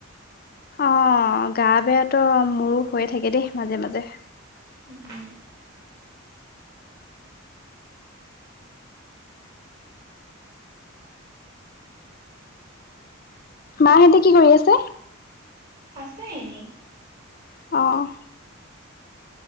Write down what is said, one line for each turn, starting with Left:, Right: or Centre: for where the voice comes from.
Left: অ গা বেয়া তো মোৰো হৈয়ে থাকে দেই মাজে মাজে।
Right: উম।
Left: মাহতে কি কৰি আছে?
Right: আছে এনেই।
Left: অহ